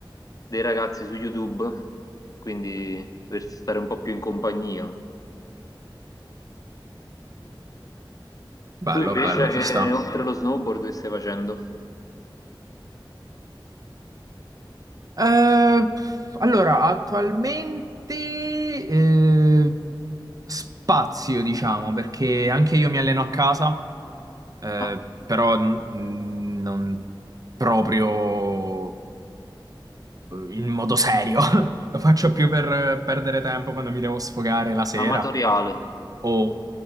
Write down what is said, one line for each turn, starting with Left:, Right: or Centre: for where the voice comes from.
Left: dei ragazzi su YouTube, quindi per stare un po' più in compagnia.
Right: bello,
Left: Tu invece
Right: bello,
Left: che
Right: ci sta.
Left: oltre allo snowboard che stai facendo?
Right: Eh, allora, attualmente eh, spazio, diciamo, perché anche io mi alleno a casa. Eh,
Left: Ah,
Right: però mm, non proprio eh, in modo serio. <laughs> Lo faccio più per eh, perdere tempo quando mi devo sfogare la sera.
Left: amatoriale.
Right: O...